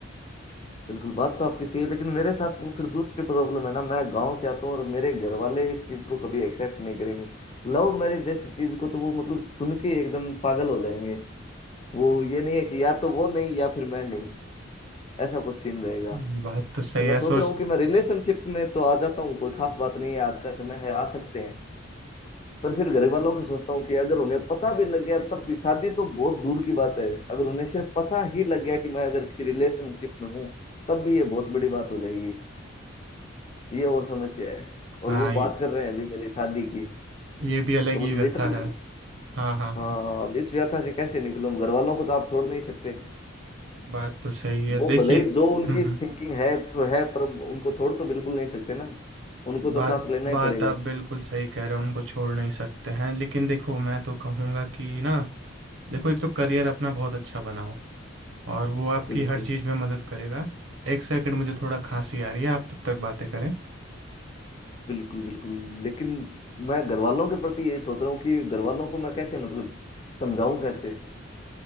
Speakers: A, on the left; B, on the right.
A: बिल्कुल बात तो आपकी सही है लेकिन मेरे साथ वो फिर दूसरी प्रॉब्लम है ना मैं गांव से आता हूँ और मेरे घर वाले इस चीज को कभी एक्सेप्ट नहीं करेंगे लव मैरिज जैसी चीज को तो वो मतलब सुन के एकदम पागल हो जाएंगे वो ये नहीं है कि या तो वो नहीं या फिर मैं नहीं ऐसा कुछ सीन रहेगा
B: हम्म, बात तो सही
A: तो मैं
B: है
A: सोच
B: सोच
A: रहा हूँ कि मैं रिलेशनशिप में तो आ जाता हूँ कोई खास बात नहीं है आज का समय है आ सकते हैं पर फिर घर वालों की सोचता हूँ कि अगर उन्हें पता भी लग गया तब भी शादी तो बहुत दूर की बात है अगर उन्हें सिर्फ पता ही लग गया कि मैं अगर किसी रिलेशनशिप में हूँ तब भी ये बहुत बड़ी बात हो जाएगी ये और समस्या है और
B: हाँ
A: वो
B: ये
A: बात कर रहे हैं अभी मेरी शादी की
B: ये भी अलग
A: तो
B: ही
A: मतलब
B: व्यथा
A: लिटरली
B: है हाँ हाँ
A: हाँ
B: हाँ
A: अब इस व्यथा से कैसे निकलूं घर वालों को तो आप छोड़ नहीं सकते
B: बात तो सही है
A: वो
B: देखिए
A: भले ही जो उनकी
B: हम्म हम्म,
A: थिंकिंग है सो है पर उनको छोड़ तो बिल्कुल नहीं सकते ना उनको तो
B: बात
A: साथ लेना
B: बात
A: ही पड़ेगा
B: आप बिल्कुल सही कह रहे हो उनको छोड़ नहीं सकते हैं लेकिन देखो मैं तो कहूँगा कि ना देखो एक तो करियर अपना बहुत अच्छा बनाओ और वो आपकी
A: बिल्कुल
B: हर चीज़ में मदद करेगा एक सेकंड मुझे थोड़ा खांसी आ रही है आप तब तक बातें करें
A: बिल्कुल बिल्कुल लेकिन मैं घर वालों के प्रति ये सोच रहा हूँ कि घर वालों को मैं कैसे मतलब समझाऊं कैसे क्योंकि